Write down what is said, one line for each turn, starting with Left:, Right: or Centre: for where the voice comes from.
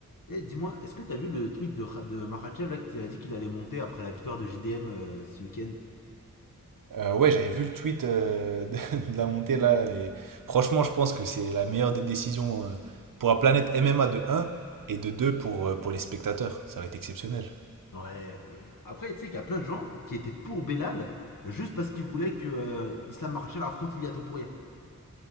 Left: Eh, dis-moi, est-ce que t'as vu le tweet de, Ra- de Makhachev là qui a dit qu'il allait monter après la victoire de JDM euh, ce week-end
Right: Euh, ouais, j'avais vu le tweet euh, <laughs> de de la montée là, et franchement, je pense que c'est la meilleure des décisions euh, pour la planète MMA de un et de 2 pour, euh, pour les spectateurs. Ça va être exceptionnel.
Left: Ouais. euh, Après, tu sais qu'il y a plein de gens qui étaient pour Belal juste parce qu'ils voulaient que euh, Islam Makhachev affronte Ilia Topuria.